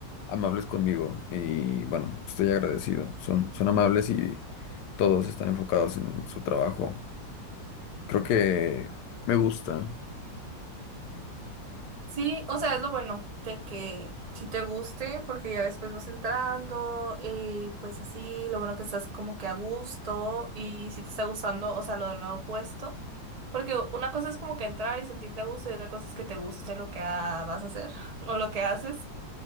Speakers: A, on the left; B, on the right.
A: amables conmigo y bueno, estoy agradecido. Son, son amables y todos están enfocados en su trabajo. Creo que me gusta.
B: Sí, o sea, es lo bueno de que si te guste, porque ya después vas entrando y pues así, lo bueno que estás como que a gusto y si te está gustando, o sea, lo del nuevo puesto, porque una cosa es como que entrar y sentirte a gusto y otra cosa es que te guste lo que ah, vas a hacer <laughs> o lo que haces.